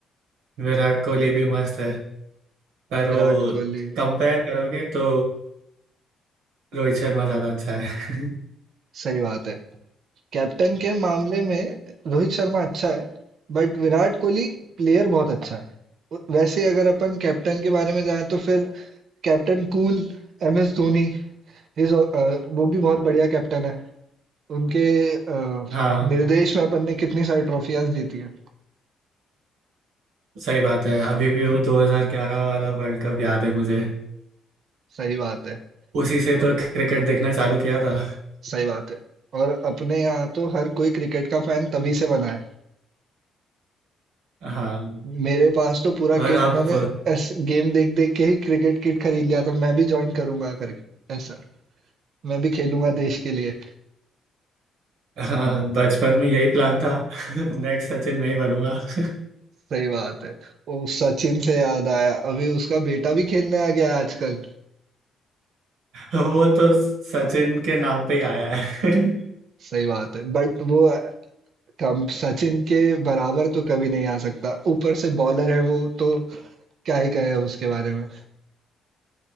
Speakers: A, on the right (about 80°); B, on the right (about 65°).
A: विराट कोहली भी मस्त है पर
B: विराट
A: वो
B: कोहली
A: कंपेयर करोगे तो रोहित शर्मा ज्यादा अच्छा है
B: सही बात है कैप्टन के मामले में रोहित शर्मा अच्छा है बट विराट कोहली प्लेयर बहुत अच्छा है वैसे अगर अपन कैप्टन के बारे में जाएं तो फिर captain cool M S Dhoni his, अ, वो भी बहुत बढ़िया कैप्टन है उनके अ,
A: <laughs> हाँ
B: निर्देश में अपन ने कितनी सारी ट्रॉफियां जीती है
A: सही बात है अभी भी वो 2011 वाला वर्ल्ड कप याद है मुझे
B: सही बात है
A: उसी से
B: बहुत
A: तो क्रिकेट देखना चालू किया था
B: सही बात है और अपने यहाँ तो हर कोई क्रिकेट का फैन तभी से बना है
A: हाँ
B: मेरे पास तो पूरा
A: और
B: किट
A: आप
B: मैंने ऐसे गेम देख देख के ही क्रिकेट किट खरीद लिया था मैं भी ज्वाइन करूंगा करके ऐसा मैं भी खेलूंगा देश के लिए
A: हाँ बचपन में यही प्लान था <laughs> नेक्स्ट सचिन मैं ही बनूंगा <laughs>
B: सही बात है ओ सचिन से याद आया अभी उसका बेटा भी खेलने आ गया है आजकल
A: वो तो सचिन के नाम पे ही आया है <laughs>
B: सही बात है बट वो कम सचिन के बराबर तो कभी नहीं आ सकता ऊपर से बॉलर है वो तो क्या ही कहे अब उसके बारे में